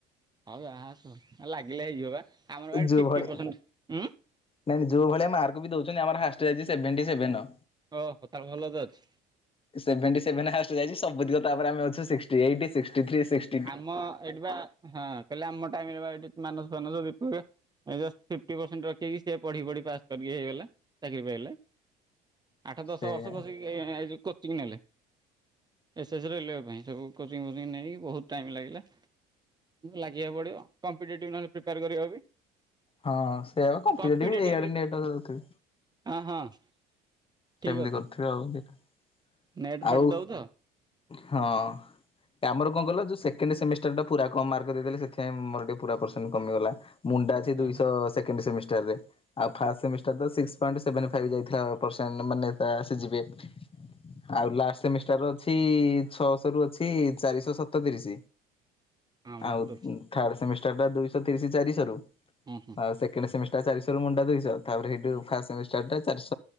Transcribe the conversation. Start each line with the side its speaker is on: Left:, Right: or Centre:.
Right: ହଉ ଆସ ଲାଗିଲେ ହେଇଯିବ ବା। ଆମର ବା ଏଠି
Left: ଯୋ
Right: ଫିଫ୍ଟି
Left: ଭଳି
Right: ପରସେଣ୍ଟ। ଉଁ
Left: ନାଇଁ ଯୋଉ ଭଳିଆ ମାର୍କ ବି ଦଉଛନ୍ତି ଆମର ହାଇଏଷ୍ଟ ଯାଇଛି ସେଭେନଟି ସେଭେନ।
Right: ଓହୋ ତାକୁ ଭଲ ତ ଅଛି।
Left: ସେଭେନଟି ସେଭେନ ହାଏଷ୍ଟ୍ ଯାଇଚି। ସବୁତକ ତାପରେ ଆମେ ଅଛୁ ସିକ୍ଟୀ ଏଇଟ୍, ସିକ୍ଟି ଥ୍ରି, ସିକ୍
Right: ଆମ ଏଠି ବା ହଁ କହିଲେ ଆମ ଟାଇମରେ ବା ଏଠି ମାନସ ଫାନସ ବିପ ଜଷ୍ଟ ଫିଫ୍ଟି ପରସେଣ୍ଟ ରଖିକି ସିଏ ପଢି ପଢି ପାସ୍ କରିକି ହେଇଗଲା ଚାକିରି ପାଇଲା। ଆଠ ଦଶ
Left: ସେଇଆ
Right: ବର୍ଷ କସିକି କୋଚିଂ ନେଲେ ଏସ୍ଏସ୍, ରେଲୱେ ପାଇଁ ସବୁ କୋଚିଂ ଫୋଚିଂ ନେଇକି ବହୁତ ଟାଇମ୍ ଲାଗିଲା। ଲାଗିବାକୁ ପଡ଼ିବ କମ୍ପିଟେଟିଭ୍ ନହେଲେ ପ୍ରିପେୟାର କରିବ ବି
Left: ହଁ ସେଇଆ ପା କମ୍ପିଟେଟିଭ
Right: କମ୍ପିଟେଟିଭ୍
Left: ଏଇଆଡେ
Right: ପ୍ରିପେୟାର
Left: ନେଟ ତଥାପି
Right: ହଁ ହଁ। ଠିକ୍
Left: ସେମିତି
Right: କଥା।
Left: କରିଥିବେ ଆଉ ଦିଟା।
Right: ନେଟ୍ ଫେଟ୍
Left: ଆଉ
Right: ଦଉ ତ?
Left: ହଁ। ଆମର କଣ କହିଲ ଯୋଉ ସେକେଣ୍ଡ ସେମିଷ୍ଟର ଟା ପୁରା କମ ମାର୍କ ଦେଇଦେଲେ। ସେଥିପାଇଁ ମୋର ଟିକେ ପୁରା ପରସେଣ୍ଟ କମିଗଲା। ମୁଣ୍ଡା ଅଛି
Right: ହଁ
Left: ଦୁଇଶ ସେକେଣ୍ଡ ସେମିଷ୍ଟାର ରେ ଆଉ ଫାଷ୍ଟ ସେମିଷ୍ଟାର ତ ସିକ୍ସ ସେଭେନ ଫାଇଭ ଯାଇଥିଲା ପର୍ସେଣ୍ଟ ମାନେ ତା ସି ଜି ପି ଏ। ଆଉ ଲାଷ୍ଟ ସେମିଷ୍ଟାର ଅଛି ଛଅଶହ ରୁ ଅଛି ଚାରିଶହ ସତତିରିଶ।
Right: ମୋର
Left: ଆଉ
Right: ଦଉଛି
Left: ଥାର୍ଡ ସେମିଷ୍ଟାରଟା ଦୁଇଶହ ତିରିଶ ଚାରିଶ ରୁ
Right: ହୁଁ
Left: ଆଉ ସେକଣ୍ଡ ସେମି ଟା ଚାରିଶହରୁ ମୁଣ୍ଡା ଦୁଇଶହ ତାପରେ ସେଇଠୁ
Right: ହୁଁ।
Left: ଫାଷ୍ଟ ସେମିଷ୍ଟାରଟା ଚାରିଶ